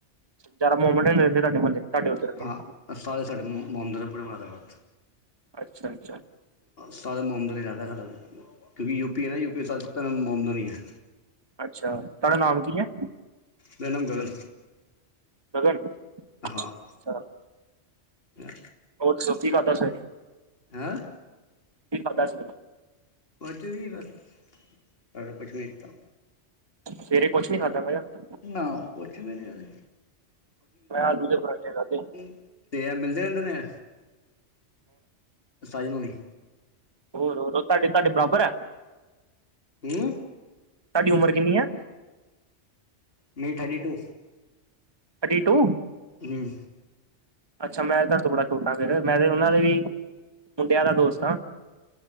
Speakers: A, on the right (about 20°); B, on the left (about 55°).
A: ਜਾਦਾ ਮੋਮੜੇ ਨੇ <unintelligible> ਰੈਂਦੇ ਤੁਾਡੇ ਤੁਾਡੇ ਓਦਰ ਤਾਂ
B: ਹਾਂ ਸਾਰੇ ਸਾਡੇ ਆ ਮੁੰਮਡੇ ਨੇ ਪੂਰੇ ਮੁਰਾਦਾਬਾਦ ਚ
A: ਅੱਛਾ ਜੀ।
B: ਸਾਰੇ ਮੁੰਮਡਮ ਇਲਾਕਾ ਰੈਂਦਾ ਸਾਡਾ ਤੇ ਕਿਓਂਕਿ ਯੂਪੀ ਐ ਨਾ ਯੂਪੀਏ ਦਾ ਸਭ ਤੋ ਮੁਮਡੰਮ ਐ ਈ ਹਾਂ-
A: ਅੱਛਾ ਅੱਛਾ ਤੁਹਾਡਾ ਨਾਮ ਕੀ ਹੈ
B: ਮੇਰਾ ਨਾਮ ਗਗਨ
A: ਗਗਨ
B: ਹਾਂ।
A: ਅੱਛਾ,
B: ਨਾਂ
A: ਹੋਰ ਦਸੋ ਕੀ ਕਰਦਾ ਸੈਂ।
B: ਹਾਅ
A: ਕੀ ਖਾਦਾ ਸੀ?
B: ਕੁਝ ਵੀ ਬਸ, ਸਾਰਾ ਕੁਛ ਵੇਖਦਾ।
A: ਸਵੇਰੇ ਕੁਛ ਨੀ ਖਾਦਾ ਮੈਂ ਕਿਆ।
B: ਨਾ ਕੁਛ ਵੀ ਨੀ
A: ਮੈਂ ਆਲੂ ਦੇ ਪਰਾਂਠੇ ਖਾਧੇ
B: <unintelligible> ਤੇ ਐ ਮਿਲਦੇ ਰੈਂਦੇ ਨੇ ਸਾਜਨ ਹੁਨੀ।
A: ਹੋਰ-ਹੋਰ ਓ ਤਾਡੇ-ਤਾਡੇ ਬਰਾਬਰ ਐ।
B: ਹੂੰ।
A: ਤਾਡੀ ਉਮਰ ਕਿੰਨੀ ਐ।
B: ਮੇਰੀ ਥਰਟੀ ਟੂ।
A: Thirty to.
B: ਹੂੰ।
A: ਅੱਛਾ ਮੈਂ ਤਾਡੇ ਤੋਂ ਬੜਾ ਛੋਟਾ ਫੇਰ ਮੈਂ ਤੇ ਓਨਾਂ ਦੇ ਵੀ ਮੁੰਡਿਆਂ ਦਾ ਦੋਸਤ ਆਂ।